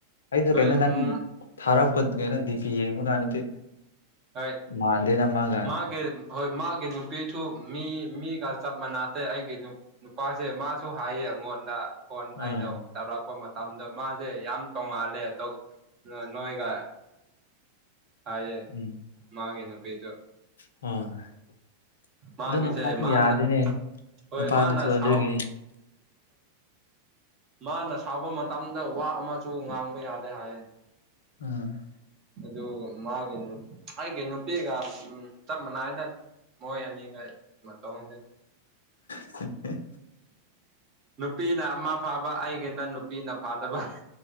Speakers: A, on the left; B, on the right.
A: ꯑꯩꯗꯨ
B: ꯍꯣꯏ
A: ꯀꯩꯅꯣ
B: ꯎꯝ
A: ꯅꯪ ꯊꯥꯔꯛꯄ ꯀꯩꯅꯣ ꯗꯤ ꯄꯤ ꯌꯦꯡꯕ ꯀꯥꯟꯗꯗꯤ
B: ꯍꯣꯏ
A: ꯃꯥꯟꯗꯦꯅ ꯃꯥꯒ
B: ꯃꯥꯒꯦ ꯍꯣꯏ ꯃꯥꯒꯤ ꯅꯨꯄꯤꯁꯨ ꯃꯤ ꯃꯤꯒ ꯆꯞ ꯃꯅꯇꯩꯦ ꯑꯩꯒꯤ ꯅꯨꯄꯥꯁꯦ ꯃꯥꯁꯨ ꯍꯥꯏꯌꯦ ꯑꯩꯉꯣꯟꯗ ꯐꯣꯟ ꯑꯩꯅ
A: ꯑꯥ
B: ꯇꯧꯔꯛꯄ ꯃꯇꯝꯗ ꯃꯥꯁꯦ ꯌꯥꯝ ꯇꯣꯡꯉꯥꯜꯂꯦ ꯑꯗꯨꯒ ꯅꯣꯏꯒ ꯍꯥꯏꯌꯦ
A: ꯎꯝ
B: ꯃꯥꯒꯦꯅꯣ ꯄꯤꯖꯣ
A: ꯑ
B: ꯃꯥꯒꯤꯁꯦ
A: ꯑꯗꯨ ꯅꯨꯄꯥꯁꯨ
B: ꯃꯥꯅ
A: ꯌꯥꯗꯦꯅꯦ
B: ꯍꯣꯏ
A: ꯅꯨꯄꯥꯗꯨꯁꯨ
B: ꯃꯥꯅ ꯁꯥꯎ
A: ꯑꯗꯨꯒꯤꯅꯤ
B: ꯃꯥꯅ ꯁꯥꯎꯕ ꯃꯇꯝꯗ ꯋꯥ ꯑꯃꯁꯨ ꯉꯥꯡꯕ ꯌꯥꯗꯦ ꯍꯥꯏꯌꯦ
A: ꯎꯝ
B: ꯑꯗꯨ ꯃꯥꯒꯦ ꯅꯨ ꯍꯥꯏꯦ ꯅꯨꯄꯤꯤꯒ ꯎ ꯆꯞ ꯃꯥꯟꯅꯏꯅ ꯃꯣꯏ ꯑꯅꯤꯒ ꯃꯇꯁꯦ
A: ꯑꯣꯦ
B: ꯅꯨꯄꯤꯅ ꯑꯃ ꯐꯥꯕ ꯑꯩꯒꯤꯅ ꯅꯨꯄꯤꯅ ꯐꯥꯗꯕ